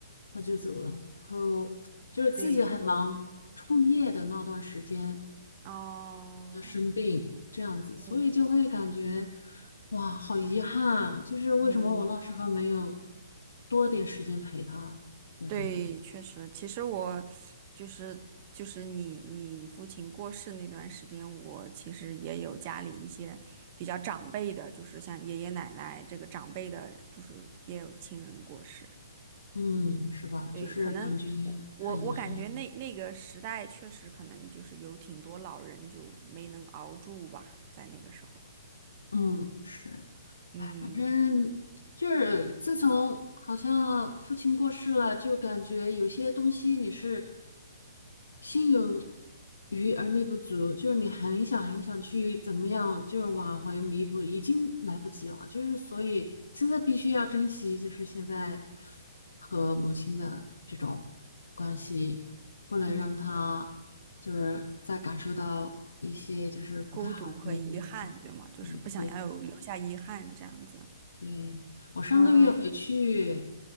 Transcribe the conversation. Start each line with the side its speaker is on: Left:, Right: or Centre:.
Left: 他就走了，然后就是自己很忙，
Right: 对，
Left: 创业的那段时间
Right: 哦，
Left: 他生病这样子，所以就会感觉
Right: 嗯嗯。
Left: 哇，好遗憾，就是为什么我那时候没有
Right: 嗯，
Left: 多点时间陪他，就是这样子，
Right: 对，确实，其实我就是就是你你父亲过世那段时间，我其实也有家里一些比较长辈的，就是像爷爷奶奶这个长辈的，就是也有亲人过世。
Left: 嗯，是吧？
Right: 对，
Left: 就是感觉
Right: 可能我我我感觉那那个时代确实可能就是有挺多老人就没能熬住吧，
Left: 太遗憾，
Right: 在那个时候，
Left: 嗯，是。
Right: 嗯
Left: 哎，反正就是自从好像父亲过世了，就感觉有些东西你是心有余而力不足，就是你很想很想去怎么样，就是挽回弥补，已经来不及了。就是所以现在必须要珍惜，就是现在和母亲的这种关系，不能让她
Right: 嗯，
Left: 就是再感受到一些就是不太好的感受。
Right: 孤独和遗憾，对吗？就是不想要有留下遗憾这样子，
Left: 嗯，对。对，我上个月回去，
Right: 嗯。